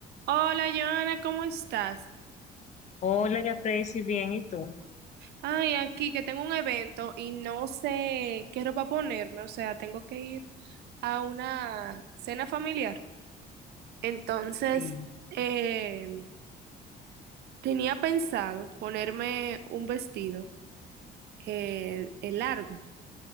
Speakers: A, on the right; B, on the left.
A: Hola, Joana, ¿cómo estás?
B: Hola, ya si bien, ¿y tú?
A: Ay, aquí que tengo un evento y no sé qué ropa ponerme, o sea, tengo que ir a una cena familiar. Entonces,
B: Sí,
A: eh, tenía pensado ponerme un vestido eh, eh, largo.